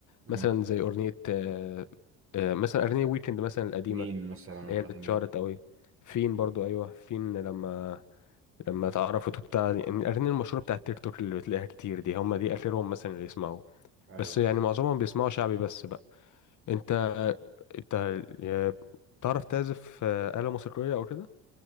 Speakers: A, on the right; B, on the left.
A: امم
B: مثلا زي أغنية آه آه مثلا أغنية ويكند مثلا القديمة
A: جين مثلا
B: اللي
A: والأغاني
B: هي اللي اتشهرت
A: دي.
B: قوي فين برضو ايوه فين لما لما اتعرفت وبتاع يعني الاغاني المشهوره بتاعت التيك توك اللي بتلاقيها كتير دي هم دي اخرهم مثلا اللي يسمعوه
A: أيوه
B: بس يعني معظمهم بيسمعوا شعبي بس بقى انت انت يا- بتعرف تعزف آه، آلة موسيقية او كده